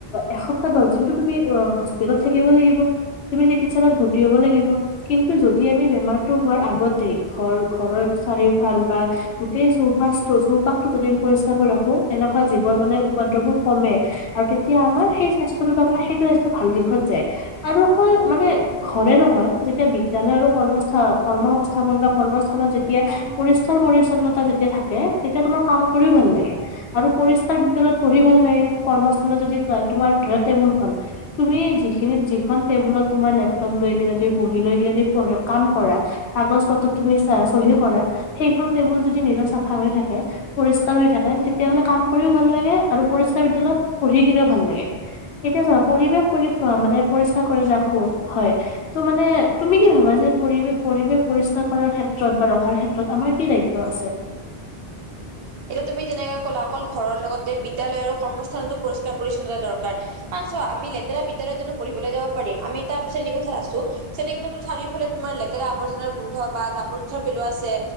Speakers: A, on the left; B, on the right.
A: এসপ্তাহ দছ দিনটো তুমি আ, হস্পিতালত থাকিব লাগিব। তুমি যি চিকিৎসালয়ত ভৰ্তি হ'ব লাগিব। কিন্তু যদি আমি বেমাৰটো হোৱাৰ আগতে ঘৰ ঘৰৰ চাৰিওফাল বা গোটেই চৌপাছটো চৌপাশটো যদি আমি পৰিষ্কাৰ কৰি ৰাখোঁ, তেনেকুৱা জীৱৰ মানে উপাদ্ৰৱবোৰ কমে। আৰু তেতিয়া আমাৰ সেই স্বাস্থ্যটো তাৰমানে সেইটো স্বাস্থ্য ভাল দিশত যায়, আৰু অকল মানে ঘৰে নহয় যেতিয়া বিদ্যালয় আৰু কৰ্মস্থা কৰ্ম সংস্থাপন বা কৰ্মস্থানত যেতিয়া পৰিছ <inaudible> পৰিচন্নতা যেতিয়া থাকে তেতিয়া তোমাৰ কাম কৰিও ভাল লাগে। আৰু পৰিষ্কাৰ বিদ্য়ালয়ত পঢ়ি ভাল লাগে, কৰ্মস্থানত যদি কা তোমাৰ ধৰা টেবুলখন। তুমি যিখিনিত যিখন টেবুলত তোমাৰ লেপটপ লৈ কিনে তুমি বহি লৈ কিনে তুমি পঢ়া কাম কৰা। কাগজ পত্ৰত তুমি চা-চহী কৰা সেইখন টেবুল যদি নিজৰ চাফা হৈ থাকে। পৰিষ্কাৰ হৈ থাকে তেতিয়াহ'লে কাম কৰিও ভাল লাগে আৰু পৰিষ্কাৰ বিদ্যয়ালয়ত পঢ়ি কিনেও ভাল লাগে। এতিয়া চোৱা পঢ়িলেও পুলিচ হয় মানে পৰিষ্কাৰ কৰি ৰাখোঁ, হয়। ত' মানে তুমি কি ভাবা যে পৰিৱেশ পৰিৱেশ পৰিষ্কাৰ কৰাৰ ক্ষেত্ৰত বা ৰখাৰ ক্ষেত্ৰত আমাৰ কি দায়িত্ব আছে
B: এতিয়া তুমি যেনেকে কলা অকল ঘৰৰ লগতে বিদ্যালয় আৰু কৰ্মস্থানতো পৰিস্কাৰ পৰিচ্ছন্নতা দৰকাৰ কাৰণ চোৱা আমি লেতেৰা বিদ্যালয়ত জানো পঢ়িবলে যাব পাৰিম আমি এটা শ্ৰেণী কোঠাত আছো শ্ৰেণী কোঠাটোৰ চাৰিওফালে তোমাৰ লেতেৰা আৰ্জনাৰ গোন্ধ বা জাবৰ জোথৰ পেলোৱা আছে